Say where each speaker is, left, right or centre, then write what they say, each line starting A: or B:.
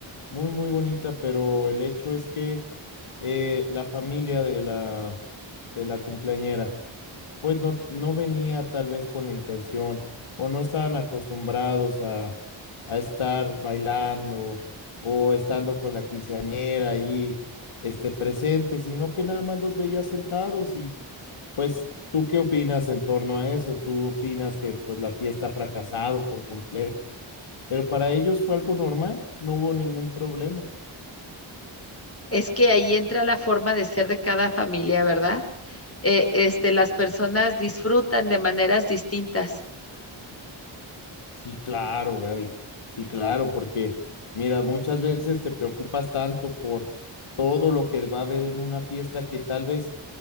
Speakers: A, on the left (about 85°); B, on the left (about 30°).
A: muy, muy bonita, pero el hecho es que eh, la familia de la, de la cumpleañera, pues no, no venía tal vez con la intención o no estaban acostumbrados a, a estar bailando o estando con la quinceañera ahí este, presente, sino que nada más los veía sentados y pues ¿tú qué opinas en torno a eso? ¿Tú opinas que pues la fiesta ha fracasado por completo? Pero para ellos fue algo normal, no hubo ningún problema.
B: Es que ahí entra la forma de ser de cada familia, ¿verdad? Eh, este, las personas disfrutan de maneras distintas,
A: Sí, claro, Gaby. Sí, claro, porque mira, muchas veces te preocupas tanto por todo lo que va a haber en una fiesta que tal vez,